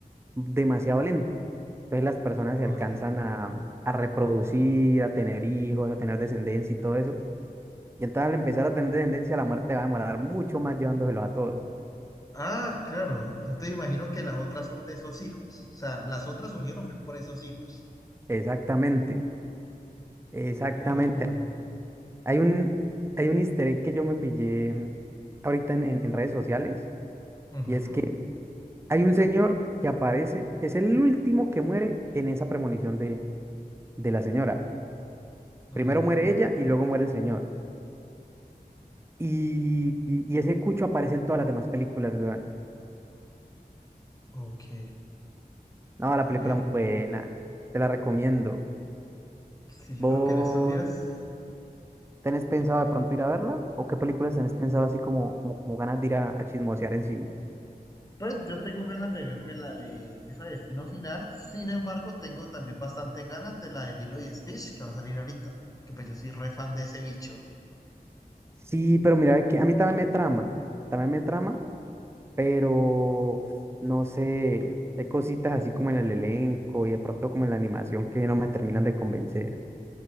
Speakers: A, on the right (about 15°); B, on the left (about 20°).
A: demasiado lento. Entonces las personas se
B: ok.
A: alcanzan a, a reproducir, a tener hijos, a tener descendencia y todo eso. Y entonces al empezar a tener descendencia, la muerte va a demorar mucho más llevándoselos a todos.
B: Ah, claro. Entonces imagino que las otras son de esos hijos. O sea, las otras surgieron fue por esos hijos.
A: Exactamente, exactamente.
B: Oh.
A: Hay un, hay un easter egg que yo me pillé mm, ahorita en, en- en redes sociales,
B: ujú.
A: y es que hay un señor que aparece, que es el último que muere en esa premonición de, de la señora.
B: Ujú,
A: Primero muere ella y luego muere el señor. Y, y- y ese cucho aparece en todas las demás películas, weón.
B: Ok,
A: No, la
B: a
A: película
B: ver,
A: muy
B: un-
A: buena, te la recomiendo.
B: sí, yo
A: Vos
B: creo que en estos días,
A: ¿Tenés pensado de pronto ir a verla? ¿O qué películas tenés pensado así como, como, como ganas de ir a, a chismosear en cine?
B: pues yo tengo ganas de verme la de esa de Destino Final, sin embargo, tengo también bastante ganas de la de Lilo y Stitch que va a salir ahorita, que pues yo soy re fan de ese bicho.
A: Sí, pero mira, que a mí también me trama, también me trama, pero no sé, hay cositas así como en el elenco y de pronto como en la animación que no me terminan de convencer.